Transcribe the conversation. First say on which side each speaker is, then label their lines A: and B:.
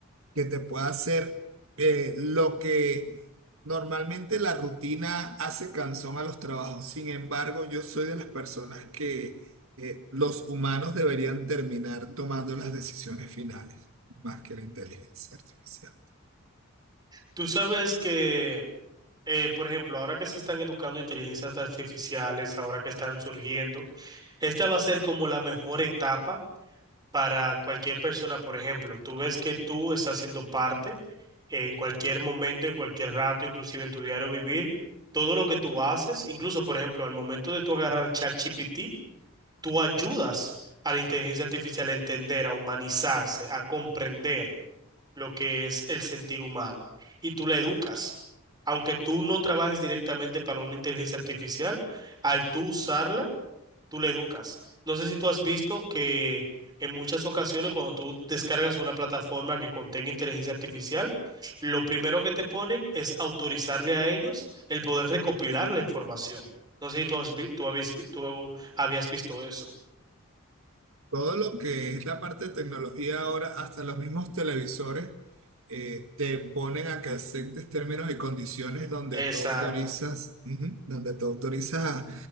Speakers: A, on the right (about 70°); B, on the right (about 20°).
A: que te pueda hacer eh, lo que normalmente la rutina hace cansón a los trabajos. Sin embargo, yo soy de las personas que eh, los humanos deberían terminar tomando las decisiones finales, más que la inteligencia artificial.
B: Tú sabes que, eh, por ejemplo, ahora que se están educando inteligencias artificiales, ahora que están surgiendo, Esta va a ser como la mejor etapa para cualquier persona, por ejemplo. Tú ves que tú estás siendo parte en cualquier momento, en cualquier rato, inclusive en tu diario vivir, todo lo que tú haces, incluso, por ejemplo, al momento de tú agarrar ChatGPT, tú ayudas a la inteligencia artificial a entender, a humanizarse, a comprender lo que es el sentir humano y tú la educas. Aunque tú no trabajes directamente para una inteligencia artificial, al tú usarla, tú le educas. No sé si tú has visto que en muchas ocasiones cuando tú descargas una plataforma que contenga inteligencia artificial, lo primero que te ponen es autorizarle a ellos el poder recopilar la información. No sé si tú, has vi- tú habías, vi- tú habías visto eso.
A: Todo lo que es la parte de tecnología ahora, hasta los mismos televisores eh, te ponen a que aceptes términos y condiciones donde
B: Exacto.
A: tú autorizas, ujú, donde tú autorizas